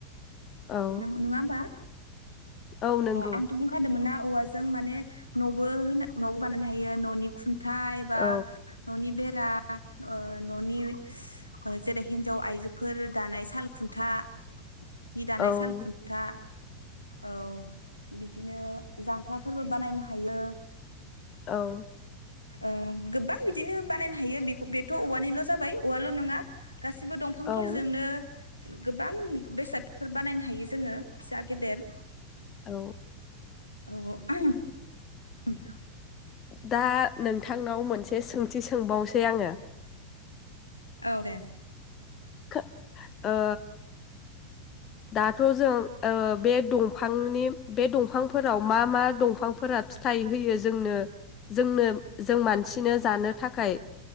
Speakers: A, on the left (about 30°); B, on the left (about 85°).
A: औ
B: नों नुआ <unintelligible>
A: औ नंगौ
B: आंथ बुंखादोंमोन ना औवाजों माने नबो नबो बानायनो हायो ननि खुन था एबा
A: औ
B: न'नि बे रा ओ ननि जेरै ओ हिन्जाव आइजोफोर दानाय साल खुन्था। हि दानाय
A: औ
B: साल खुन्था। औ बिदिनो जांख्लाफोरबो बानायनो हायो।
A: औ
B: ओ गोबां बिदिनो बानायनो हायो बे बेथ औवानिल जाबाय औवाल नङा गासिबो दंफांफोरजोंनो
A: औ
B: गोबां बेसादफोर बानायनो हायो जोङो फिसा गेदेर।
A: औ।
B: औ औ आं <unintelligible>
A: दा नोंथांनाव मोनसे सोंथि सोंबावनोसै आङो।
B: औ दे।
A: खो ओ दाथ' जों ओ बे दंफांनि बे दंफांफोराव मा मा दंफांफोरा फिथाइ होयो जोंनो जोंनो जों मानसिनो जानो थाखाय